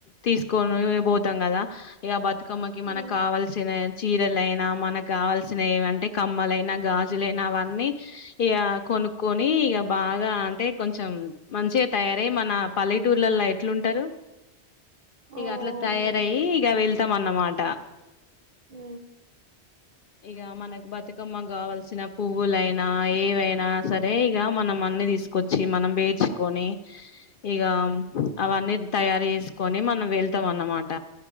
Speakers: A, on the left; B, on the right.
A: తీసుకొని పోతాం కదా ఇక బతు మ్మకి మనకు
B: ఉమ్
A: కావాల్సిన చీరలైనా మనకు కావాల్సిన ఏంటే కమ్మలైనా గాజులైనా అవన్నీ ఇక కొనుక్కక్కొని ఇక బాగా అంటే కొంచెం మంచిగా తయారయ మన పల్లెటూర్లలో ఎట్లుంటారు.
B: ఆ
A: ఇ అట్లా
B: అవును
A: తయారయి ఇ వెల్ తం అన్నమాట
B: ఆ
A: ఇక మనకు బతుకమ్మ కావాల్సిన పువ్వులైనా ఏవైనా సరే ఇక మనం అన్ని తీసుకొచ్చి మనం వేర్చుకొని ఇక అవన్నీ తయారు చేసుకొని మనం వెళ్తాంన్నమాట.